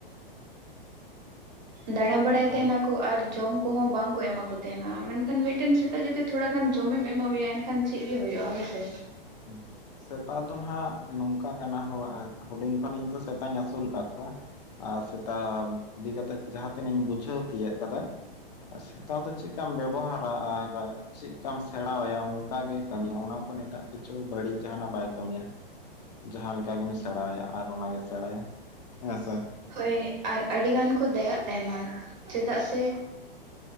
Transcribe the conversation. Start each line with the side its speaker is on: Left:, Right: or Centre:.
Right: ᱫᱟᱲᱟ ᱵᱟᱲᱟᱭ ᱛᱟᱦᱮ
Left: ᱟᱪᱪᱷᱟ
Right: ᱱᱟᱠᱚ ᱟᱨ ᱡᱚᱢ ᱠᱚᱦᱚᱸ ᱵᱟᱝ ᱠᱚ ᱮᱢᱟ ᱠᱚ ᱛᱟᱦᱮᱱᱟ᱾ ᱢᱮᱱᱠᱷᱟᱱ ᱢᱤᱫᱴᱮᱱ ᱥᱮᱛᱟ ᱡᱩᱫᱤ ᱛᱷᱚᱲᱟ ᱜᱟᱱ ᱡᱚᱢᱮᱢ ᱮᱢᱟᱣ ᱟᱭᱟ ᱮᱱᱠᱷᱟᱱ ᱪᱮᱫ ᱜᱮ ᱦᱩᱭᱩᱜ-ᱟ ᱦᱳᱭ ᱥᱮ᱾
Left: ᱦᱩᱸ᱾ ᱥᱮᱛᱟ ᱫᱚ ᱱᱟᱜ ᱱᱚᱝᱠᱟ ᱠᱟᱱᱟ ᱦᱳ ᱦᱩᱰᱤᱧ ᱠᱷᱚᱱ ᱤᱧ ᱫᱚ ᱥᱮᱛᱟᱧ ᱟᱹᱥᱩᱞ ᱟᱠᱟᱫ ᱠᱚᱣᱟ᱾ ᱟᱨ ᱥᱮᱛᱟ ᱤᱫᱤ ᱠᱟᱛᱮᱜ ᱡᱟᱦᱟ ᱛᱤᱱᱟᱹᱜ ᱤᱧ ᱵᱩᱡᱷᱟᱹᱣ ᱛᱤᱭᱟᱹᱜ ᱠᱟᱫᱟ ᱟᱨ ᱥᱮᱛᱟ ᱫᱚ ᱪᱮᱫᱠᱟᱢ ᱵᱮᱵᱚᱦᱟᱨ ᱟᱨ ᱪᱮᱫᱠᱟᱢ ᱥᱮᱲᱟ ᱟᱭᱟ ᱚᱱᱠᱟ ᱜᱮ ᱠᱟᱹᱢᱤᱭᱟ ᱚᱱᱟ ᱠᱷᱚᱱ ᱮᱴᱟᱜ ᱠᱤᱪᱷᱩ ᱵᱟᱹᱲᱤᱡ ᱡᱟᱦᱟᱱᱟᱜ ᱵᱟᱭ ᱠᱟᱹᱢᱤᱭᱟ᱾ ᱡᱟᱦᱟ ᱞᱮᱠᱟ ᱜᱮᱢ ᱥᱮᱲᱟᱭᱟ ᱟᱨ ᱚᱱᱟᱜᱮ ᱥᱮᱲᱟᱭᱟ ᱦᱮᱸ ᱥᱮ
Right: ᱦᱳᱭ ᱟᱨ ᱟᱹᱰᱤ ᱜᱟᱱ ᱠᱚ ᱫᱟᱭᱟᱜ ᱛᱟᱦᱮᱱᱟ ᱪᱮᱫᱟᱜ ᱥᱮ